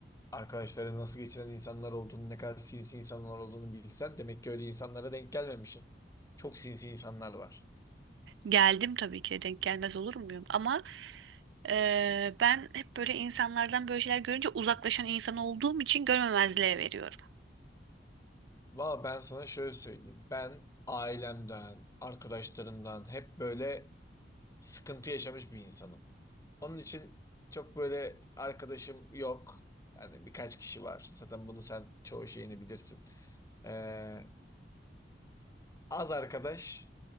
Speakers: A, on the left; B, on the right.
A: Arkadaşların nasıl geçinen insanlar olduğunu, ne kadar sinsi insanlar olduğunu bilsen demek ki öyle insanlara denk gelmemişsin. Çok sinsi insanlar var.
B: Geldim tabii ki de denk gelmez olur muyum? Ama eee, ben hep böyle insanlardan böyle şeyler görünce uzaklaşan insan olduğum için görmemezliğe veriyorum.
A: Valla ben sana şöyle söyleyeyim. Ben ailemden, arkadaşlarımdan hep böyle sıkıntı yaşamış bir insanım. Onun için çok böyle arkadaşım yok. Yani birkaç kişi var. Zaten bunu sen çoğu şeyini bilirsin. Ee, az arkadaş,